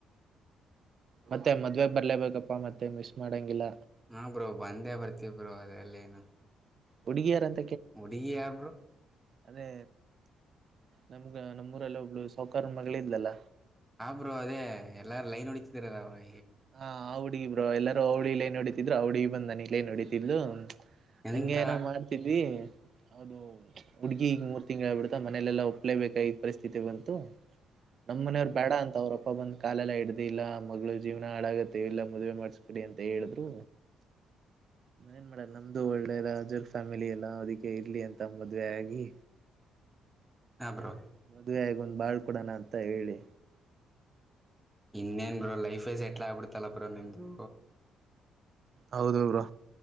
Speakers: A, on the right; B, in the centre.
A: ಮತ್ತೆ ಮದ್ವೆಗ್ ಬರ್ಲೇಬೇಕಪ್ಪಾ ಮತ್ತೆ ಮಿಸ್ ಮಾಡಂಗಿಲ್ಲ.
B: ಹಾಂ ಬ್ರೋ ಬಂದೇ ಬರ್ತೀವಿ ಬ್ರೋ ಅದರಲ್ಲೇನು
A: ಹುಡುಗಿಯರಂತ
B: ಹುಡುಗಿ ಯಾರ್ ಬ್ರೋ.
A: ಅದೇ ನಮ್ಗ ನಮ್ಮೂರಲ್ಲ ಒಬ್ಳು ಸೌಕಾರ ಮಗಳ ಇದ್ಲಲ್ಲ.
B: ಆ ಬ್ರೋ ಅದೇ ಎಲ್ಲಾರು ಲೈನ್ ಹೊಡಿ ದ್ರಲ್ಲಾ ಅವಳ್
A: ಹಾ ಆ ಹುಡ್ಗಿ ಬ್ರೋ ಎಲ್ಲಾರು ಅವಳಿ ಲೈನ್ ಹೊಡಿತಿದ್ರು ಆ ಹುಡ್ಗಿ. ಬಂದ ನಂಗ್ ಲೈನ್ ಹೊಡಿತಿದ್ಲು.
B: ಎಂತ
A: ಹಂಗೆ ಏನೋ ಮಾಡ್ತಿದ್ವಿ. ಹೌದು. ಹುಡ್ಗಿ ಈ ಮೂರ್ ತಿಂಗ್ಗಳ ಆ ಬಡ್ತಾ ಮನೆಲೆಲ್ಲ ಒಪ್ಲೇಬೇಕ ಆದ್ ಪರಿಸ್ಥಿತಿ ಬ ತ್ತು. ನಮ್ಮ ಮನೆಯವ್ರ ಬೇಡ ಅಂತ ಅವ್ರಪ್ಪ ಬಂದ ಕಾಲೆಲ್ಲ ಹಿಡ ಇಲ್ಲ ಮಗಳು ಜೀವನ ಹಾಳಾಗತ್ತೆ ಇಲ್ಲ ಮದ್ವೆ ಮಾಡಸ್ಬಿಡಿ ಅಂತ ಹೇಳಿದ್ರು ಏನ್ ಮಾಡ ನಮ್ದು ಒಳ್ಳೆ ರಾಜರ ಫ್ಯಾಮಿಲಿ ಎಲ್ಲ ಅದಕ್ಕೆ ಇರಲಿ ಅಂತ ಮದ್ವೆ ಆಗಿ.
B: ಹಾ ಬ್ರೋ
A: ಮದ್ವೆ ಆಗ ಒಂದ್ ಬಾಳ್ ಕೊಡೋಣ ಅಂತ ಹೇಳಿ.
B: ಇನ್ನೇನ್ ಬ್ರೋ ಲೈಫ ಸೆಟ್ಲ್ ಆಗ್ಬಿಡ್ತಲ್ಲ ಬ್ರೋ ನಿಮ್ದು.
A: ಹೌದು ಬ್ರೋ